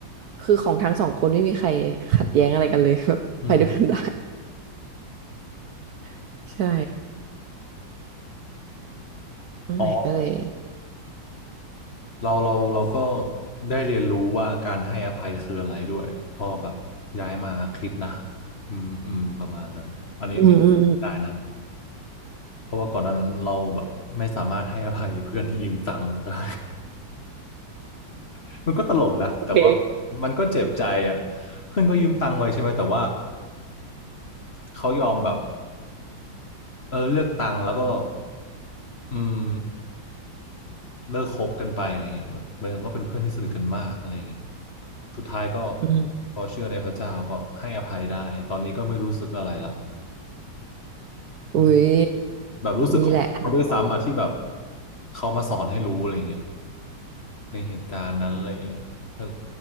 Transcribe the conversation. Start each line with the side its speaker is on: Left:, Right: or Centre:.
Right: คือของทั้งสองคนไม่มีใครขัดแย้งอะไรกันเลย <laughs> แบบไปด้วยกันได้
Left: อืม
Right: <laughs> ใช่ใช่นั่นแหละก็เลย
Left: อ๋อเราเราเราก็ได้เรียนรู้ว่าการให้อภัยคืออะไรด้วยพอแบบย้ายมาคิดนะ อืมอืมประมาณนั้นอันนี้นี่ได้นะ
Right: อืม
Left: เพราะว่าก่อนหน้านั้นเราแบบไม่สามารถให้อภัยเพื่อนที่ยืมตังค์เราได้ <laughs> มันก็ตลกนะแต่ว่า
Right: โอเค
Left: มันก็เจ็บใจอ่ะเพื่อนก็ยืมตังค์ไว้ใช่ไหมแต่ว่าเขายอมแบบเออเลือกตังค์แล้วก็อืม เลิกคบกันไปอะไรเงี้ยมันมันก็เป็นเพื่อนที่สนิทกันมากอะไรเงี้ยสุดท้ายก็
Right: อืม
Left: พอเชื่อในพระเจ้าก็ให้อภัยได้ตอนนี้ก็ไม่รู้สึกอะไรละอืม
Right: อุ้ย
Left: แบบรู้สึกของเขาด้วยซ้ำอ่ะที่แบบ
Right: นี่แหละทางออก
Left: เขามาสอนให้รู้อะไรเงี้ยในเหตุการณ์นั้นอะไรเงี้ยเออ